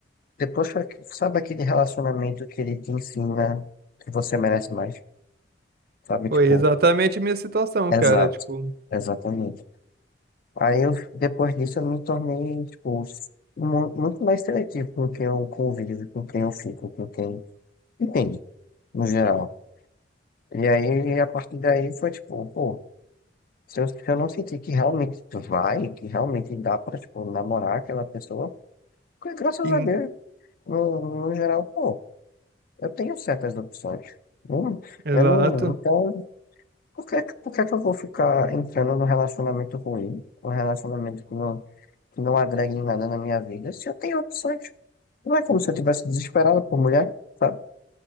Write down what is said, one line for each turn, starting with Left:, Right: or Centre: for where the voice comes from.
Left: depois foi, aqu- sabe aquele relacionamento que ele te ensina que você merece mais, sabe?
Right: Foi
Left: Tipo,
Right: exatamente a minha situação,
Left: exato,
Right: cara. Tipo,
Left: exatamente. Aí, eu, depois disso, eu me tornei, tipo, mu- muito mais seletivo com quem eu convivo, com quem eu fico, com quem, entende, no geral. E aí, a partir daí, foi tipo, pô. Se eu, se eu não sentir que realmente vai, que realmente dá pra, tipo, namorar aquela pessoa, porque, graças
Right: in-
Left: a Deus, no, no geral, pô, eu tenho certas opções. Não-
Right: exato.
Left: eu não, então, por que, por que que eu vou ficar entrando num relacionamento ruim, um relacionamento que não, que não agrega em nada na minha vida, se eu tenho opções? Não é como se eu tivesse desesperado por mulher, sabe?